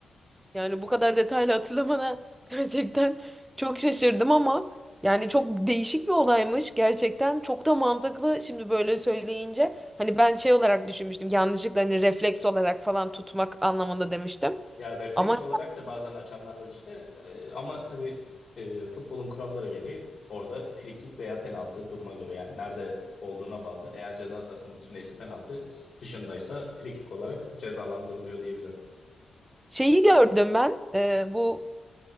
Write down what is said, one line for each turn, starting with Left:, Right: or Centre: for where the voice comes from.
Right: Yani bu kadar detaylı hatırlamana <laughs> gerçekten çok şaşırdım ama yani çok değişik bir olaymış. Gerçekten çok da mantıklı şimdi böyle söyleyince. Hani ben şey olarak düşünmüştüm yanlışlıkla hani refleks olarak falan tutmak anlamında demiştim.
Left: Ya refleks
Right: Ama
Left: olarak da bazen açanlar var işte. Ee, ama tabii e, futbolun kuralları gereği orada free kick veya penaltı duruma göre yani nerede olduğuna bağlı. Eğer ceza sahasının içindeyse penaltı, dışındaysa free kick olarak cezalandırılıyor diyebilirim.
Right: şeyi gördüm ben e, bu